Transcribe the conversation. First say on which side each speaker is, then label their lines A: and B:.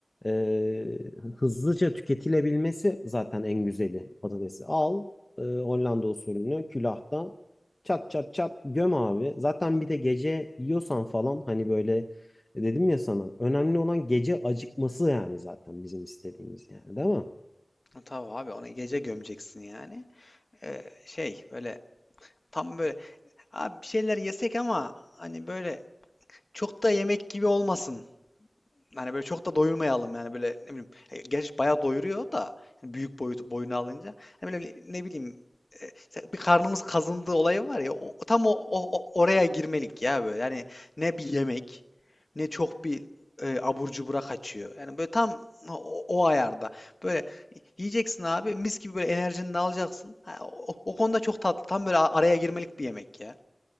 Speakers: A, on the left (about 45°); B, on the left (about 60°).
A: e, hızlıca tüketilebilmesi zaten en güzeli patatesi. Al e, Hollanda usulünü külahta çat çat çat göm abi. Zaten bir de gece yiyorsan falan hani böyle e, dedim ya sana önemli olan gece acıkması yani zaten bizim istediğimiz yani değil mi?
B: Tabii abi onu gece gömeceksin yani. E, şey böyle tam böyle Abi bir şeyler yesek ama hani böyle çok da yemek gibi olmasın. Hani böyle çok da doyurmayalım yani böyle ne bileyim. e, Gerçi bayağı doyuruyor da hani büyük boyut boyunu alınca. Hani böyle ne bileyim e, işte bir karnımız kazındığı olayı var ya o, tam o, o- o- oraya girmelik ya böyle. Yani ne bir yemek ne çok bir e, abur cubura kaçıyor. Yani böyle tam o, o ayarda. Böyle yiyeceksin abi mis gibi böyle enerjini de alacaksın. Ha, o, o konuda çok tatlı. Tam böyle a- araya girmelik bir yemek ya.